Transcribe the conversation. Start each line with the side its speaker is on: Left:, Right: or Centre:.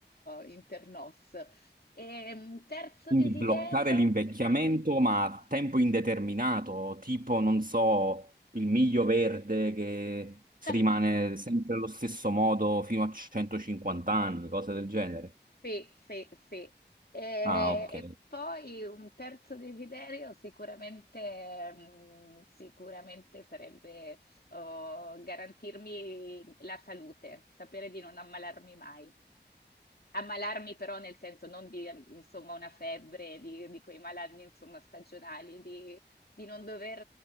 Left: in internos. E, terzo
Right: Quindi
Left: desiderio?
Right: bloccare l'invecchiamento, ma a tempo indeterminato, tipo, non so, il miglio verde che
Left: <laughs>
Right: rimane sempre allo stesso modo fino a 150 anni, cose del genere.
Left: Sì, sì, sì. E,
Right: Ah, ok.
Left: e poi un terzo desiderio sicuramente, mm, sicuramente sarebbe oh, garantirmi la salute, sapere di non ammalarmi mai. Ammalarmi però nel senso non di eh, insomma, una febbre, di, di quei malanni insomma, stagionali, di, di non dover